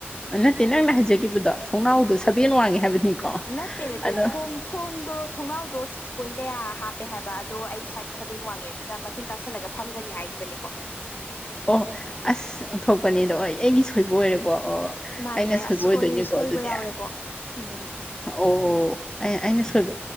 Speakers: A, on the left; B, on the left.
A: ꯅꯠꯇꯦ ꯅꯪꯅ ꯍꯥꯏꯖꯕꯗꯣ ꯊꯣꯡꯅꯥꯎꯗꯣ ꯁꯕꯦꯟ ꯋꯥꯡꯉꯦ ꯍꯥꯏꯕꯅꯤꯀꯣ
B: ꯅꯠꯇꯦ ꯅꯠꯇꯦ
A: ꯑꯗꯣ
B: ꯊꯣꯡ ꯊꯣꯡꯗꯣ ꯊꯣꯡꯅꯥꯎꯗꯣ ꯁꯤ ꯁꯤꯛꯁ ꯄꯣꯏꯟ ꯀꯌꯥ ꯍꯥꯞꯄꯦ ꯍꯥꯏꯕ ꯑꯗꯣ ꯑꯩ ꯏꯁꯋꯥꯗꯤ ꯁꯕꯦꯟ ꯋꯥꯡꯉꯦ ꯑꯗꯨꯅ ꯃꯇꯨꯡ ꯇꯥꯁꯜꯂꯒ ꯐꯝꯒꯅꯤ ꯍꯥꯏꯒꯤꯈꯤꯕꯅꯤꯀꯣ
A: ꯑꯣꯣ ꯑꯁ ꯑꯣꯟꯊꯣꯛꯀꯅꯦꯗꯣ ꯍ ꯑꯩꯒꯤ ꯁꯣꯏꯕ ꯑꯣꯏꯔꯦꯀꯣ ꯑꯣ
B: ꯃꯥꯅꯦ
A: ꯑꯩꯅ ꯁꯣꯏꯕ
B: ꯑꯣꯏ
A: ꯑꯣꯏꯗꯣꯏꯅꯦꯀꯣ
B: ꯁꯣꯏꯕ
A: ꯑꯗꯨꯗꯤ
B: ꯌꯥꯎꯔꯦꯀꯣ ꯎꯝ
A: ꯑꯣ ꯑꯩ ꯑꯩꯅ ꯁꯣꯏꯕ